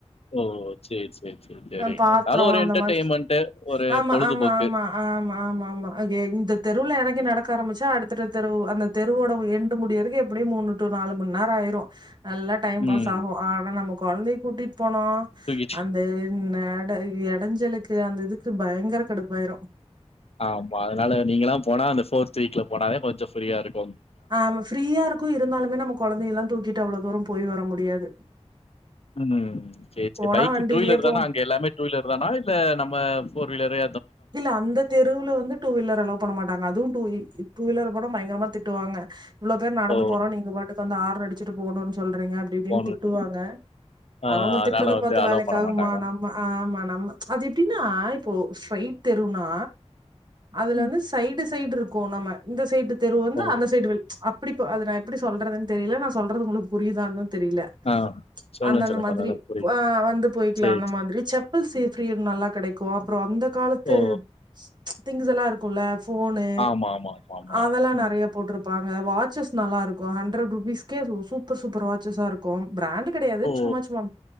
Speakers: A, on the left; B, on the right.
A: ஓ சேரி சேரி சேரி சேரிங்க
B: ஆ பாத்ரோ
A: இருந்தாலு ஒரு
B: அந்த
A: என்டர்டெயின்மென்ட்டு
B: மாதிரி
A: ஒரு
B: ஆமா
A: பொழுதுபோக்கு
B: ஆமா ஆமா ஆமா ஆமா ஆமா அ இந்த தெருவுல எறங்கி நடக்க ஆரமுச்சா அடுத்தடுத்த தெரு அந்த தெருவோட எண்டு முடியறக்கு எப்டியோ மூணு டூ நாலு மணி நேரோ ஆயிரு நல்லா டைம்
A: ம்.
B: பாஸ் ஆகும் ஆனா நமக்கு கொழந்தை கூட்டிட் போனோ
A: தூக்கிட்டு
B: அந்த நட எ அடஞ்சலுக்கு அந்த இதுக்கு பயங்கர கடுப்பாயிரும்
A: ஆமா அதனால நீங்க எல்லா போனா அந்த ஃபோர்த் வீக்ல போனா தா கொஞ்ஜோ ஃப்ரீயா இருக்கு
B: ஆமா ஃப்ரீயா இருக்கு இருந்தாலுமே நமக் கொலைந்தையெல்லா தூக்கிட்டு அவ்வளோ தூரம் போய் வர முடியாது
A: ம் சேரி சேரி
B: போனா
A: பைக்
B: வண்டிலயே
A: டூ வீலர்
B: போவோ
A: தானா அங்க எல்லாமே டூ வீலர் தானா இல்ல நம்ம ஃபோர் வீலரே
B: இல்ல அந்த தெருவுல வந்து டூ வீலர் அலோ பண்ண மாட்டாங்க அதுவும் டூ டூ வீலர் கூட பயங்கரமா திட்டுவாங்க இவ்ளோ பேர் நடந்து
A: ஓ!
B: போறோ நீங்க பாட்டுக்கு வந்து ஆர்ன் அடி ச்சிட்டு போனோன்னு சொல் றீங்க அப்டி இப்டினு
A: போனுட்டு.
B: திட்டுவாங்க
A: ஆ
B: அவங்க
A: அதனால
B: திட்டுறத
A: வந்து
B: பாத்து
A: அலோ
B: வேலைக்காகுமா
A: பண்ண மாட்டாங்க.
B: நம்ம ஆமா நம்ம ச்சு அது எப்டின்னா போ ஃபைன் தெருனா அதுல
A: ம்.
B: வந்து சைடு சைடு இருக்கோம் நம்ம இந்த சைடு த் தெருவ் வந்து
A: ஓ!
B: அந்த சைடு வழி அப் இப்படிப்ப அது நான் எப்டி சொல்றதுன்னு தெரில நா சொல்றது உங்களுக்கு புரியுதான்னு தெரியல
A: ஆ. சொல்லுங்க,
B: அந்தந்த
A: சொல்லுங்க.
B: மாதிரி
A: கொஞ்சம் நல்லா புரியுது.
B: ஆ வந்து போயிக்கலாம்
A: சரி,
B: அந்த
A: சரி.
B: மாதிரி செப் சேப்ரியர் நல்லா கெடைக்கு அப்புறோ அந்த காலத் தேப்
A: ஓ!
B: ச்சு திங்ஸ்லா இருக் இல்ல ஃபோனு
A: ஆமா, ஆமா, ஆமா, ஆமா.
B: அதெல்லா
A: ம்.
B: நறைய போட்ற்ப் ப்பாங்க வாட்சஸ் நல்லா இருக்கு ஹண்ட்ரட் ருபீஸ்கே சூப்பர் சூப்பர் வாட்சஸா இருக்கு பிராண்டு கெடையாது
A: ஓ!
B: சும்மா சும்மா